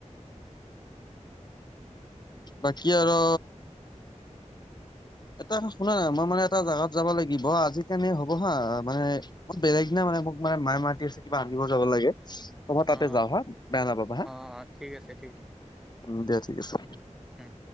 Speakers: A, on the left (about 35°); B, in the centre.
A: বাকী আৰু এটা শুনা, মই মানে, এটা জাগাত যাব লাগিব, আজিকাৰণে হ'ব। হা, মানে, মই বেলেগ দিনা মানে, মোক মায়ে, মায়ে মাতি আছে। কিবা আনিব যাব‌ লাগে। হ'ব তাতে
B: অ
A: যাওঁ হা, বেয়া নাপাবা হা!
B: অ অ ঠিক আছে
A: উম, দিয়া ঠিক আছে।
B: উম।